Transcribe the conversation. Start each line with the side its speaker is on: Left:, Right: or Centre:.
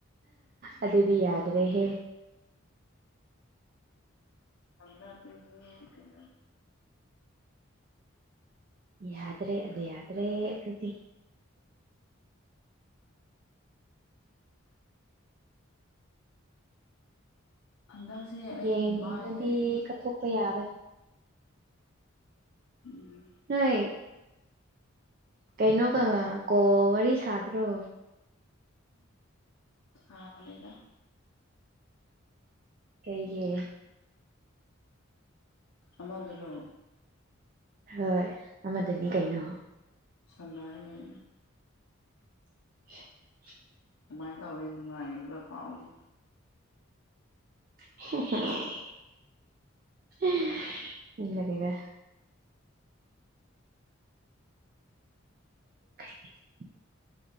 Right: ꯑꯗꯨꯗꯤ ꯌꯥꯗ꯭ꯔꯦꯍꯦ
Left: ꯇꯝꯗ ꯇꯨꯝꯅꯤꯡꯉꯦ ꯀꯩꯗꯧ
Right: ꯌꯥꯗ꯭ꯔꯦ ꯑꯗꯨ ꯌꯥꯗ꯭ꯔꯦ ꯑꯗꯨꯗꯤ
Left: ꯍꯟꯗꯛꯁꯦ ꯑꯩꯒꯤ
Right: ꯌꯦꯡꯅꯦꯉꯗꯤ
Left: ꯃꯥꯏꯁꯦ
Right: ꯀꯠꯊꯣꯛꯄ ꯌꯥꯕ
Left: ꯎꯝ
Right: ꯅꯣꯏ ꯀꯩꯅꯣꯒ ꯀꯣꯜ ꯋꯥꯔꯤ ꯁꯥꯗ꯭ꯔꯣ
Left: <unintelligible>
Right: ꯀꯩꯒꯤ
Left: ꯑꯃꯗꯨꯨꯔꯣ
Right: ꯍꯣꯏ ꯑꯃꯗꯨꯅꯤ ꯀꯩꯅꯣ
Left: ꯁꯥꯅꯩꯌꯦ
Right: <unintelligible>
Left: ꯀꯃꯥꯏ ꯇꯧꯔꯦ ꯅꯨꯡꯉꯥꯏꯔꯤꯕꯔ ꯄꯥꯎꯗꯤ
Right: <unintelligible> <unintelligible>